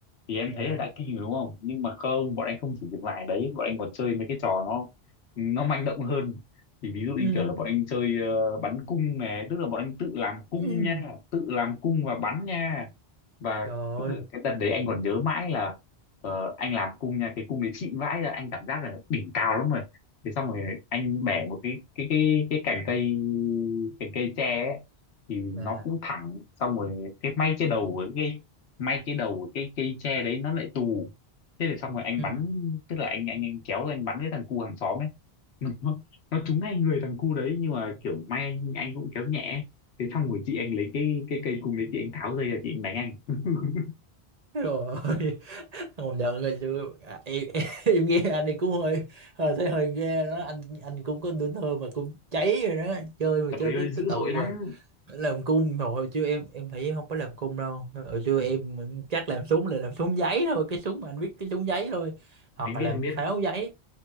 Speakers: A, on the left; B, on the right.
A: thì em
B: dạ
A: thấy là đã kinh rồi đúng không nhưng mà không bọn anh không chỉ dừng lại ở đấy bọn anh còn chơi mấy cái trò nó nó manh động hơn thì ví dụ như
B: <laughs> Ừ.
A: kiểu là bọn anh chơi ờ, bắn cung nè tức là bọn anh tự làm cung
B: Ừ.
A: nha tự làm cung và bắn nha và
B: trời ơi
A: cái đợt đấy anh còn nhớ mãi là ờ, anh làm cung nha cái cung đấy xịn vãi ra anh cảm giác là đỉnh cao lắm rồi thế xong rồi anh bẻ một cái cái cái cái cành cây cành cây tre ấy, thì nó
B: dạ
A: cũng thẳng xong rồi cái may trên đầu của cái cây may trên đầu của cái cây tre đấy nó lại tù thế thì xong rồi anh
B: Ừ.
A: bắn tức là anh anh, anh kéo ra anh bắn cái thằng cu hàng xóm ấy <laughs> nó, nó trúng ngay người thằng cu đấy nhưng mà kiểu may anh cũng kéo nhẹ ấy. thế xong rồi chị anh lấy cái cái cây cung đấy chị anh tháo dây ra chị anh đánh anh <laughs>
B: Trời <laughs> không nhận rồi chứ à, em, <laughs> em, em nghe anh ấy cũng hơi, hơi thấy hơi ghê đó anh anh cũng có tuổi thơ mà cũng cháy rồi đó chơi mà
A: Trời
B: chơi
A: ơi
B: tới
A: dữ
B: tới tận
A: dội
B: về
A: lắm
B: làm cung rồi chứ em em thấy em không có làm cung đâu hồi xưa
A: Ừ,
B: em chắc làm súng là làm súng giấy thôi cái súng mà anh biết cái súng giấy thôi hoặc
A: anh
B: là
A: biết
B: làm
A: anh biết
B: pháo giấy